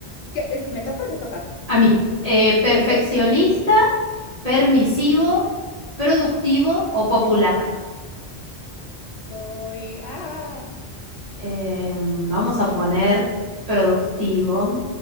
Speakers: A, on the left; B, on the right.
A: ¿qué es? ¿Me toca o te toca?
B: A mí, eh, perfeccionista,
A: Ok.
B: permisivo, productivo o popular.
A: Soy, ah,
B: Eh, vamos a poner productivo